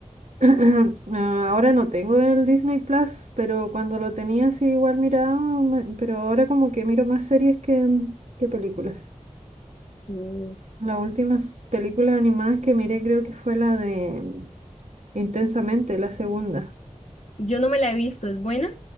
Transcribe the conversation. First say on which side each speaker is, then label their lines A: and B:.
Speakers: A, on the right (about 70°); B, on the left (about 60°).
A: <clears throat> Ah, Ahora no tengo el Disney Plus, pero cuando lo tenía sí igual miraba, ma- pero ahora como que miro más series que, que películas.
B: Mm.
A: Las últimas películas animadas que miré creo que fue la de mm, Intensamente, la segunda.
B: Yo no me la he visto, ¿es buena?